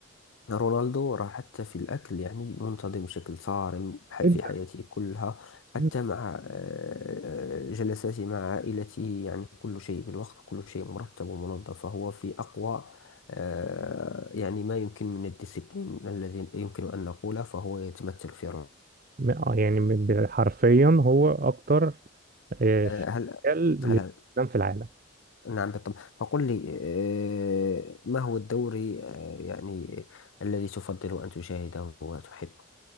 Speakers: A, on the left; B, on the right.
A: رونالدو راح حتى في الأكل يعني منتظم بشكل صارم ح- في
B: انت
A: حياته كلها حتى
B: م-
A: مع آه، جلساته مع عائلته يعني كل شيء بالوقت كل شيء مرتب ومنظم فهو في أقوى آه، يعني ما يمكن من الديسيبلين الذي يمكن أن نقوله فهو يتمثل في رونالدو
B: آه، يعني م- ب- حرفيا هو أكتر آه،
A: آه،
B: شغال
A: هل
B: للإسلام
A: هل
B: في العالم
A: نعم بالطبع فقل لي آه، ما هو الدوري آه، يعني الذي تفضل أن تشاهده وتحبه